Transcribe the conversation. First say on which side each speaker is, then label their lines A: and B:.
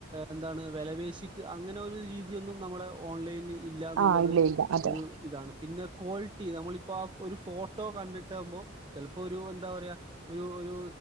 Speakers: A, on the right; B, on the right.
A: എന്താണ് വെല പേശിട്ട് അങ്ങനെ ഒരു രീതിയൊന്നും നമ്മുടെ ഓൺലൈനിൽ ഇല്ലന്നുള്ളത്
B: ആ ഇല്ല ഇല്ല അതെ
A: ഒരു ഇതാണ് പിന്നെ ക്വാളിറ്റി നമ്മളിപ്പോ ആ ഒരു ഫോട്ടോ കണ്ടിട്ടാകുമ്പോ ചെലപ്പോ ഒരു എന്താ പറയ ഒരു ഒരു